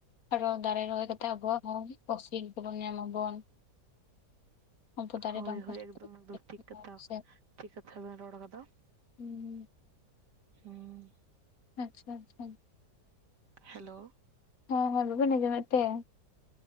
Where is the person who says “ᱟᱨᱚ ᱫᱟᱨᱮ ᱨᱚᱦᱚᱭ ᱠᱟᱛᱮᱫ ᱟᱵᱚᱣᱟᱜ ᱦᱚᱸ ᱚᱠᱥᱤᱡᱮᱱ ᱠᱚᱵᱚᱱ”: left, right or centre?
Left